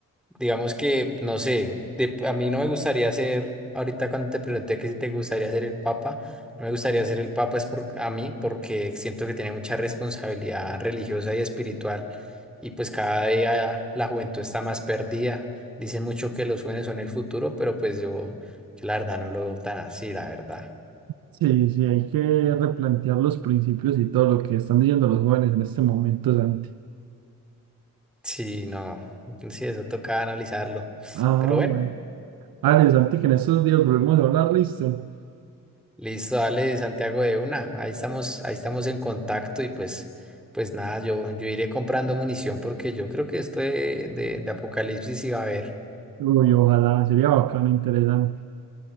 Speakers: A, in the centre; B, on the right (about 80°).
A: Digamos que, no sé, de- a mí no me gustaría ser, ahorita cuando te pregunté que si te gustaría ser el papa, no me gustaría ser el papa es por, a mí porque siento que tiene mucha responsabilidad religiosa y espiritual y pues cada día la juventud está más perdida. Dicen mucho que los jóvenes son el futuro, pero pues yo, yo la verdad no lo veo tan así, la verdad.
B: Sí, sí, hay que replantear los principios y todo lo que están diciendo los jóvenes en este momento, Santi.
A: Sí, no, sí, eso toca analizarlo.
B: Ah,
A: Pero bueno.
B: bueno. Ale, Santi, que en estos días volvemos a hablar, listo.
A: Listo, dale, Santiago, de una. Ahí estamos, ahí estamos en contacto y pues, pues nada, yo, yo iré comprando munición porque yo creo que esto de, de, de Apocalipsis iba a haber.
B: Uy, ojalá, sería bacano, interesante.